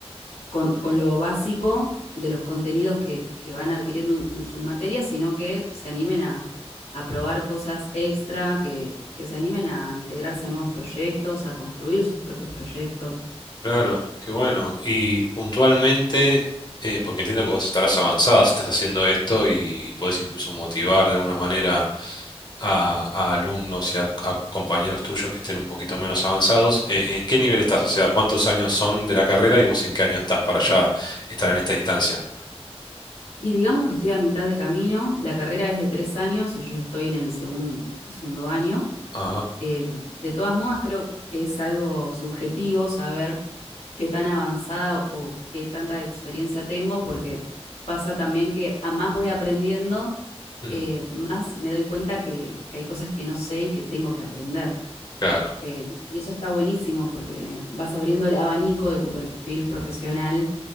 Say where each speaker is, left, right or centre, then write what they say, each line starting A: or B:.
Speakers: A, on the left (about 75°); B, on the left (about 40°).
A: con, con lo básico de los contenidos que, que van adquiriendo en, sus materias, sino que se animen a, a probar cosas extra, que, que se animen a integrarse a nuevos proyectos, a construir sus propios proyectos.
B: claro, qué bueno. Y puntualmente, eh, porque entiendo que vos estarás avanzada, si estás haciendo esto y podés incluso motivar de alguna manera a, a alumnos y a, a compañeros tuyos que estén un poquito menos avanzados. Eh, ¿En qué nivel estás? O sea, ¿cuántos años son de la carrera y vos en qué año estás para ya estar en esta instancia?
A: Y digamos que estoy a mitad de camino, la carrera es de tres años y yo ya estoy en el segun- segundo año.
B: Ah,
A: Eh, de todas modas, creo que es algo subjetivo saber qué tan avanzada o, o qué tanta experiencia tengo, porque pasa también que a más voy aprendiendo,
B: mm,
A: eh, más me doy cuenta que, que hay cosas que no sé y que tengo que aprender.
B: claro.
A: Eh, y y eso está buenísimo porque vas abriendo el abanico de tu perfil profesional